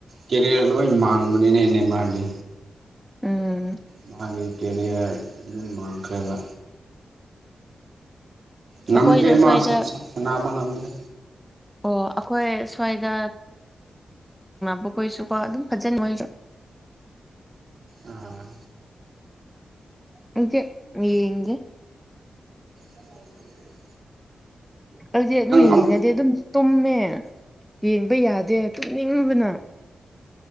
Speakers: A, on the right; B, in the centre.
A: ꯀꯦꯔꯤꯌꯔ ꯂꯣꯏ ꯃꯥꯡꯕꯅꯤꯅ ꯅꯦꯝ ꯃꯥꯔꯗꯤ
B: ꯎꯝ
A: ꯃꯥꯒꯤ ꯀꯦꯔꯤꯌꯔ ꯑꯗꯨꯝ ꯃꯥꯡꯈ꯭ꯔꯦꯕ ꯉꯝꯗ꯭ꯔꯦ
B: ꯑꯩꯈꯣꯏꯗ
A: ꯃꯥ
B: ꯁ꯭ꯋꯥꯏꯗ
A: ꯁ ꯁꯅꯥꯕ ꯉꯝꯗ꯭ꯔꯦ
B: ꯑꯣ ꯑꯩꯈꯣꯏ ꯁ꯭ꯋꯥꯏꯗ ꯕꯨꯈꯣꯏꯁꯨꯀꯣ ꯑꯗꯨꯝ ꯐꯖꯅ ꯃꯣꯏ
A: ꯑꯥ
B: ꯍꯧ ꯌꯦꯡꯦ
A: ꯦ <unintelligible>
B: ꯑꯩꯗꯤ ꯑꯗꯨ
A: ꯑꯝ
B: ꯌꯦꯡꯉꯗꯤ ꯑꯗꯨꯝ ꯇꯨꯝꯃꯦ ꯌꯦꯡꯕ ꯌꯥꯗꯦ ꯇꯨꯝꯅꯤꯡꯉꯨꯕꯅ